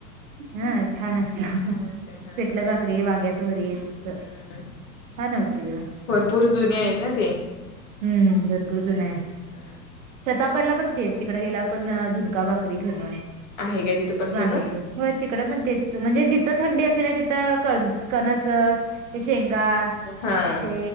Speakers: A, on the right (about 55°); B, on the left (about 50°).
A: हां छान असतं
B: छान असते हा
A: पिठलं भाकरी वांग्याच भरीतं असं
B: हम्म
A: छान होतिकव
B: पूंर जुनें आहेतं नां ते
A: हम्म भरपूर
B: जुने
A: जुनं आहे
B: ते हम्म
A: प्रतापगडला पण ते तिकडे गेला पण झुणका भाकरी फेमस
B: आहे का तिथं पण
A: वांग्याची
B: फेमस
A: होय तिकड पण तेच म्हणजे जिथं थंडी असते ना तिथं कण कणस ते शेंगा
B: हा
A: ते